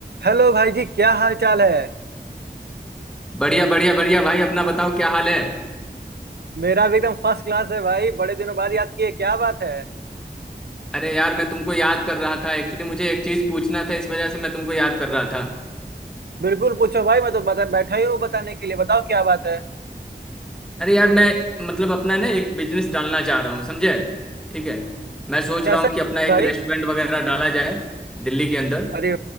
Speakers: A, on the right; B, in the centre.
A: हेलो भाई जी क्या हाल चाल है
B: बढ़िया बढ़िया बढ़िया भाई अपना बताओ क्या हाल है
A: मेरा भी एकदम फर्स्ट क्लास है भाई बड़े दिनों बाद याद किए क्या बात है
B: अरे यार मैं तुमको याद कर रहा था एक्चुअली मुझे एक चीज पूछना था इस वजह से मैं तुमको याद कर रहा था
A: बिल्कुल पूछो भाई मैं तो बता बैठा ही हूँ बताने के लिए बताओ क्या बात है
B: अरे यार मैं मतलब अपना ना एक बिजनेस डालना चाह रहा हूँ समझे ठीक है मैं सोच
A: कैसा
B: रहा हूँ कि
A: बिजनेस
B: अपना एक
A: भाई
B: रेस्टोरेंट वगैरह डाला जाए दिल्ली के अंदर
A: अरे